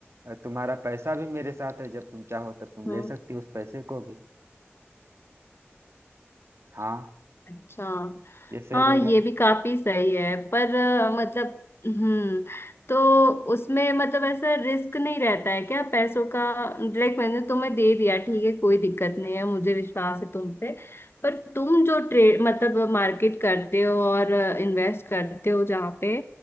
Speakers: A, on the right; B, on the left.
A: और तुम्हारा पैसा भी मेरे साथ है जब तुम चाहो तब तुम
B: हम्म
A: ले सकती हो उस पैसे को भी हाँ
B: अच्छा
A: ये सही
B: हाँ
A: रहेगा
B: ये
A: ना
B: भी काफी सही है पर अ, मतलब हम्म तो उसमें मतलब ऐसा रिस्क नहीं रहता है क्या पैसों का लाइक मैंने तुम्हें दे दिया ठीक है कोई दिक्कत नहीं है मुझे विश्वास है तुम पे पर तुम जो ट्रेड मतलब मार्केट करते हो और इन्वेस्ट करते हो जहाँ पे